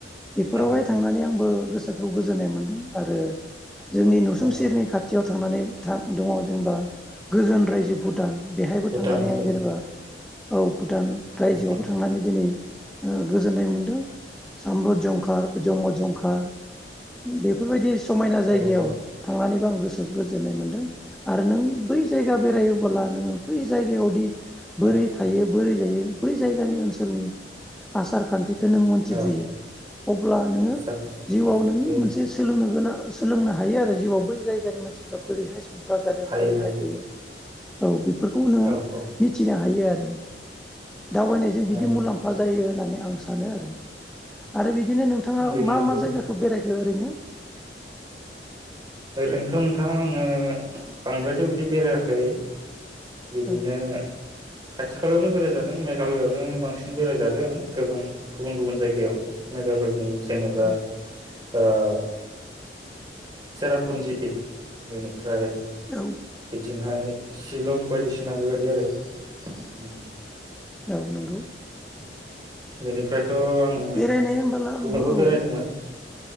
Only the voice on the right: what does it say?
औ
औ
भुटान
हादर
औ औ
औ
औ
औ
आसारखान्थि
औ
बे
हायो
हायो
औ औ
औ
बे
नंगौ
ओरैनोथ नोंथां आंङो बांद्रायथ' बिदि बेरायाखै बिदिनो
खाथि खाालायावनो बेरायजादों मेघालयआवनो बांसिन बेरायजादों गोबां गुबुन गुबुन जायगायाव मेघालयनि जेनेबा
ओ। सेरापुन्जि बेनिफ्रा फ्राय
बिथिंहाय शिलं बायदिसिना बेबादि बिदि आरो ओम।
<inaudible> बेनिफ्रायथ' आङो गुबुनावबो
बेरायदोंमोन।